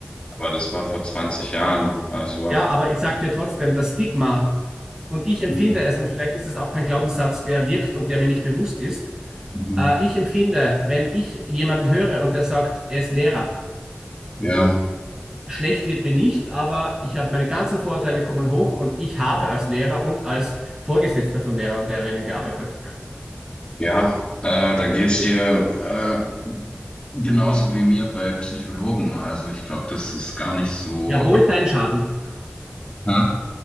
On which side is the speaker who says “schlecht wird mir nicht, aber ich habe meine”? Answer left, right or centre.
Right